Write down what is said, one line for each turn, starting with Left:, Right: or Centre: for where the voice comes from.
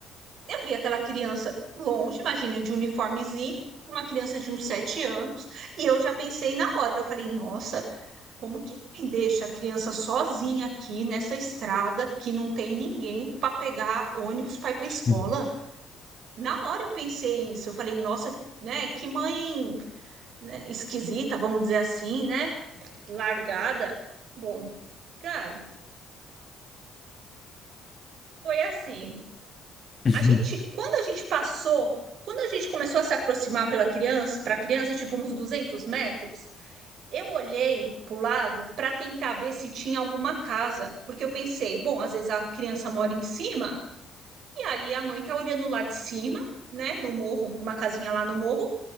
Right: eu vi aquela criança longe, imagina eu de uniformezinho, uma criança de uns sete anos, e eu já pensei na hora, eu falei, nossa. Como que quem deixa a criança sozinha aqui nessa estrada que não tem ninguém para pegar ônibus para ir para a escola?
Left: uhum,
Right: Na hora eu pensei isso, eu falei, nossa, né, que mãe, né, esquisita, vamos dizer assim, né, largada. Bom, Gabi, foi assim.
Left: <laughs> Uhum.
Right: A gente, quando a gente passou, quando a gente começou a se aproximar pela criança, para a criança, tipo uns 200 metros, Eu olhei para o lado para tentar ver se tinha alguma casa, porque eu pensei, bom, às vezes a criança mora em cima, e aí a mãe tá olhando lá de cima, né, no morro, uma casinha lá no morro,